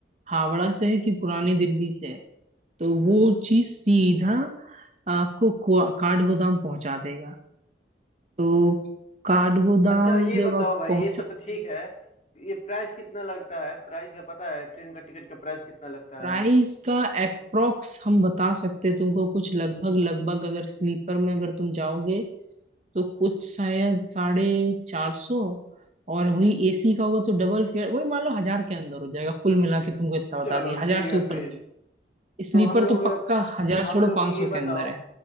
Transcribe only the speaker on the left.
अच्छा ये
बताओ
भाई
ये सब तो ठीक है ये प्राइस कितना लगता है प्राइस का पता है ट्रेन का टिकट का प्राइस कितना लगता
है
चलो
ठीक है
फिर
तो हम लोग
हम
लोग
ये
बताओ